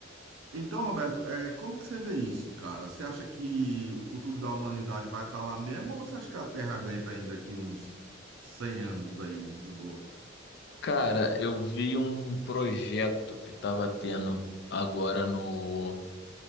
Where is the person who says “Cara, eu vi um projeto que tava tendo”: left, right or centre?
Left